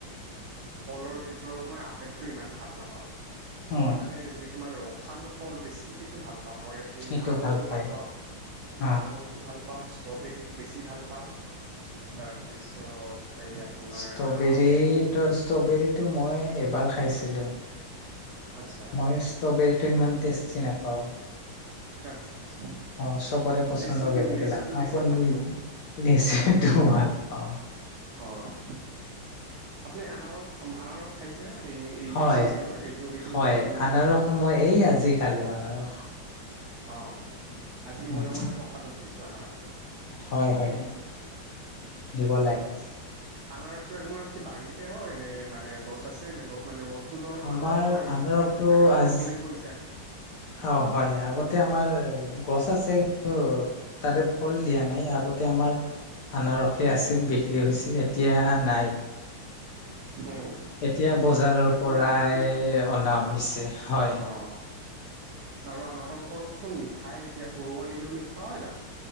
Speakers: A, on the right (about 75°); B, on the left (about 70°).
A: ফলৰ ভিতৰত মই আপেলটো ইমান ভাল নাপাওঁ।
B: উম
A: মই মানে যি মানে ৰসালো ফল বেছি, সেইটো ভাল অ, মই এই
B: সেইটো
A: আঙুৰটো
B: পায়
A: ভাল পাওঁ
B: অ
A: আঙুৰটো ভাল পাওঁ ষ্ট্ৰবেৰীটো বেছি ভাল পাওঁ তাৰপিছত এই আপোনাৰ
B: ষ্ট্ৰবেৰী
A: আনাৰসটো
B: ত' ষ্ট্ৰবেৰীটো মই এবাৰ খাইছিলো
A: আচ্ছা
B: মই ষ্ট্ৰবেৰীটো সিমান টেষ্টি নাপাওঁ। অ,
A: আচ্ছা আচ্ছা
B: চবৰে পচন্দ
A: লিচুটো
B: বেলেগ-বেলেগ
A: লিচুটো বেছি
B: আপুনি
A: ভাল পায়
B: লেচুটো ভাল পাওঁ।
A: হয় আপুনি আনাৰস-আনাৰস খাইছে? এই-এইটো
B: হয়
A: ছিজিনৰ এইটো-এইটো-এইটো?
B: হয় আনাৰস মই এই আজি খালোঁ আনাৰস।
A: অ, আজি
B: উম
A: ময়ো মানে প্ৰসাদত দিছোঁ আনাৰস।
B: হয় হয় দিব লাগে।
A: আনাৰসটো আপোনাৰ কি বাৰীতে হয় নে মানে গছ আছে নে গত মানে গছ টো ধৰক
B: আমাৰ
A: <unintelligible>
B: আনাৰসটো
A: আগালটো
B: আজি
A: ৰুলেই হৈ যায়।
B: অ, হয় আগতে আমাৰ গছ আছে কিন্তু তাৰে ফল দিয়া নাই আগতে আমাৰ আনাৰসে আছিল বিক্ৰী হৈছিল এতিয়া নাই।
A: উম
B: এতিয়া বজাৰৰ
A: পৰা
B: পৰাই
A: কিনি আনে
B: অনা হৈছে হয়।
A: অ আৰু আনাৰস ধৰকচোন মিঠাই এতিয়া সৰু আনিলেও মিঠা হয় দা